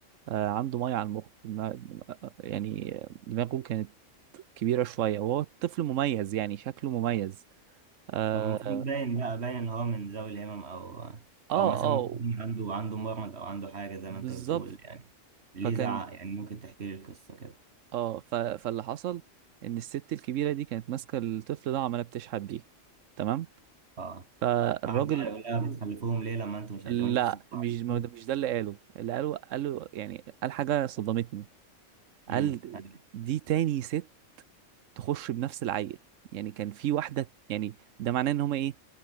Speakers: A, on the right; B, on the right.
A: آه، عنده مية على المخ ما- يعني دماغه كانت كبيرة شوية وهو الطفل مميز يعني شكله مميز اه
B: طب المفروض باين بقى باين ان هو من ذوي الهمم او
A: اه
B: او مثلا
A: آه،
B: ممكن يكون عنده عنده مرض او عنده حاجه زي
A: بالظبط
B: ما انت بتقول يعني ليه
A: فكان
B: زعق يعني ممكن تحكي لي القصه كده
A: اه ف... فاللي حصل ان الست الكبيرة دي كانت ماسكة الطفل ده وعمالة بتشحت بيه تمام
B: اه
A: فالراجل
B: قاعد بقى يقول لها بتخلفوهم ليه لما انتوا مش
A: لا
B: قادرين تصرفوا
A: مش
B: عليهم
A: ما ده- مش ده اللي قاله اللي قاله قاله يعني قال حاجة صدمتني قال
B: امم يعني
A: دي تاني ست تخش بنفس العيل يعني كان في واحدة يعني ده معناه ان هما ايه